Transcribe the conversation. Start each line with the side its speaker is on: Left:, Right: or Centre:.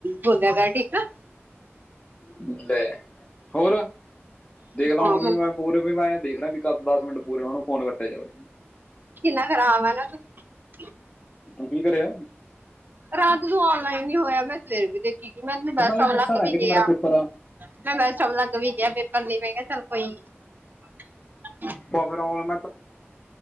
Right: ਬੋਲਿਆ ਕਰ ਠੀਕ ਆ
Left: ਲੈ ਹੋਰ ਦੇਖ ਲਾ
Right: ਆ
Left: ਹੁਣ ਵੀ ਮੈਂ ਪੂਰੇ ਵੀ ਮੈਂ ਦੇਖ ਰਿਹਾ ਵੀ ਕਦ ਮਿੰਟ ਪੂਰੇ ਹੋਣ ਫੋਨ ਕੱਟਿਆ ਜਾਵੇ
Right: ਕਿੰਨਾ ਖਰਾਬ ਆ ਤੇ ਹ
Left: ਤੁੂੰਸੀ ਕਰਿਆ <inaudible>
Right: ਰਾਤ ਨੂੰ ਔਨਲਾਈਨ ਨ ਹੋਇਆ ਮੈਂ ਸਵੇਰੇ ਵੀ ਦੇਖ ਮੈਂ ਬੈੱਸ
Left: ਉਹ
Right: ਸਟੋਪ
Left: ਤੈਨੂੰ ਦੱਸਾਂ
Right: ਲੱਗ
Left: ਨਾ
Right: ਵੀ
Left: ਕਿ ਜੀ
Right: ਗਿਆ
Left: ਮੇਰਾ ਪੇਪਰ ਆ
Right: ਮੈਂ ਬੈੱਸ ਸਟੋਪ ਲਗ ਵੀ ਗਿਆ ਪੇਪਰ ਨ ਮਹਿੰਗਾ ਚੱਲ ਕੋਈ ਨੀ
Left: ਬਸ ਫਿਰ ਆਨਲਾਈਨ